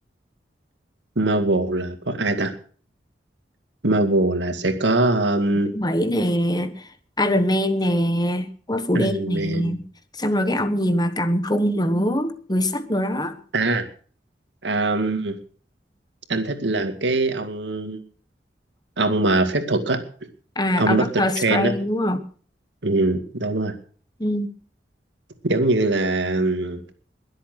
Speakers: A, on the right; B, on the left.
A: Marvel là có ai ta Marvel là sẽ có um,
B: Mỹ nè, Iron Man nè, Quả Phụ
A: Iron
B: Đen nè,
A: Man
B: xong rồi cái ông gì mà cầm cung nữa, người sắt rồi đó.
A: à um, anh thích là cái ông ông mà phép thuật á
B: À,
A: ông
B: ông
A: doctor
B: Doctor Strange
A: strange á
B: đúng không?
A: ừ, đúng rồi
B: Ừ.
A: giống như là ừm,